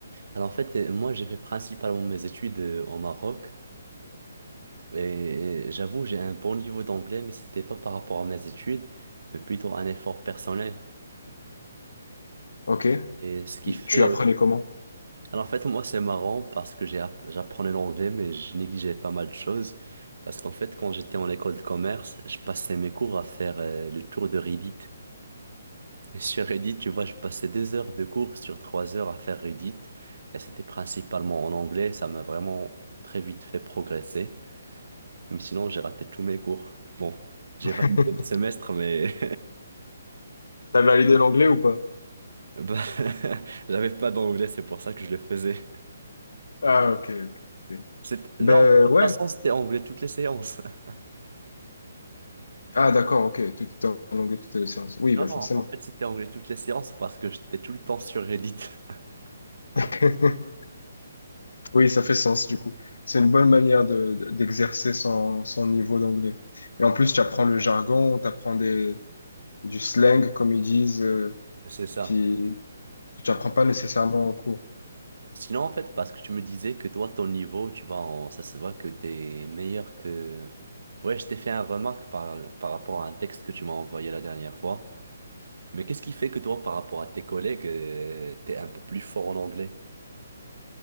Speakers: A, on the right; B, on the left.
A: Alors en fait, euh, moi j'ai fait principalement mes études euh, au Maroc et euh, j'avoue j'ai un bon niveau d'anglais mais c'était pas par rapport à mes études mais plutôt un effort personnel.
B: Ok,
A: Et ce qui fait...
B: tu apprenais comment?
A: Alors en fait moi c'est marrant parce que j'ai app- j'apprenais l'anglais mais je négligeais pas mal de choses parce qu'en fait quand j'étais en école de commerce je passais mes cours à faire euh, le tour de Reddit. Et sur Reddit, tu vois, je passais des heures de cours sur trois heures à faire Reddit. Et c'était principalement en anglais. Ça m'a vraiment très vite fait progresser. Mais sinon, j'ai raté tous mes cours. Bon, j'ai
B: <laughs>
A: validé mes semestres, mais
B: T'as validé l'anglais ou pas?
A: <laughs> bah, <laughs> j'avais pas d'anglais. C'est pour ça que je le faisais.
B: Ah, ok. ok. ok.
A: C'est- Non,
B: Ben
A: mais de toute
B: ouais,
A: façon, c'était anglais toutes les séances. <laughs>
B: Ah, d'accord, ok. Tout est en anglais, toutes les séances. Oui,
A: Non,
B: ben
A: non,
B: forcément.
A: en fait, c'était anglais toutes les séances parce que j'étais tout le temps sur Reddit. <laughs>
B: <laughs> Oui, ça fait sens du coup. C'est une bonne manière de, de- d'exercer son, son niveau d'anglais. Et en plus, tu apprends le jargon, tu apprends des, du slang, comme ils disent, euh,
A: C'est ça.
B: qui, que tu apprends pas nécessairement en cours.
A: Sinon, en fait, parce que tu me disais que toi, ton niveau, tu vois, on- ça se voit que t'es meilleur que... Ouais, je t'ai fait une remarque par, par rapport à un texte que tu m'as envoyé la dernière fois. Mais qu'est-ce qui fait que toi, par rapport à tes collègues, euh, t'es un peu plus fort en anglais?